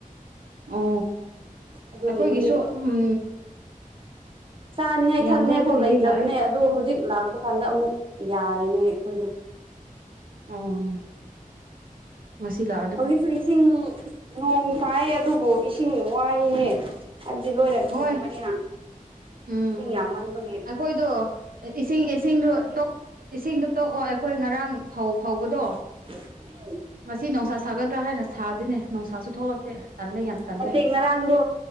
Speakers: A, on the right; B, on the right.
A: ꯑꯣ
B: ꯑꯗꯨꯒꯤ
A: ꯑꯩꯈꯣꯏꯒꯤꯁꯨ
B: ꯍꯧꯖꯤꯛ
A: ꯎꯝ
B: ꯆꯥꯅꯤꯡꯉꯥꯏ
A: ꯌꯥꯝꯗꯦ
B: ꯊꯛꯅꯤꯡꯉꯥꯏ
A: ꯑꯩꯈꯣꯏꯒꯤꯗꯤ
B: ꯐꯥꯎ ꯂꯩꯇ꯭ꯔꯕꯅꯦ
A: ꯂꯥꯛꯑꯦ
B: ꯑꯗꯣ ꯍꯧꯖꯤꯛ ꯂꯥꯛꯄ ꯀꯥꯟꯗ ꯑꯃꯨꯛ ꯌꯥꯔꯤꯅꯦ ꯑꯩꯈꯣꯏꯗꯣ
A: ꯑꯥ ꯉꯁꯤ ꯂꯥꯛꯑ
B: ꯍꯧꯖꯤꯛꯁꯨ ꯏꯁꯤꯡ ꯅꯣꯡ ꯇꯥꯏ ꯑꯗꯨꯕꯨ ꯏꯁ ꯁꯤꯡ ꯋꯥꯏꯍꯦ ꯍꯥꯏꯕꯗꯤ ꯂꯣꯏꯅ ꯊꯤꯡꯕꯅꯤꯅ
A: ꯍꯣꯏ ꯎꯝ
B: ꯏꯁꯤꯡ ꯌꯥꯝꯃꯟꯕ
A: ꯑꯩꯈꯣꯏꯗꯣ ꯑꯦ ꯏꯁꯤꯡ ꯏꯁꯤꯡꯗꯣ ꯇꯣꯛ ꯏꯁꯤꯡꯗꯨ ꯇꯣꯛꯑꯣ ꯑꯩꯈꯣꯏ ꯉꯔꯥꯡ ꯐꯧ ꯐꯧꯕꯗꯣ
B: <unintelligible>
A: ꯉꯁꯤ ꯅꯣꯡꯁꯥ ꯁꯥꯒꯗ꯭ꯔꯥ ꯍꯥꯏꯅ ꯁꯥꯗꯦꯅꯦ ꯅꯣꯡꯁꯥꯁꯨ ꯊꯣꯛꯂꯛꯇꯦ ꯇꯜꯂꯦ ꯌꯥꯝ ꯇꯜꯂꯦ
B: ꯅꯠꯇꯦ ꯉꯔꯥꯡꯗꯣ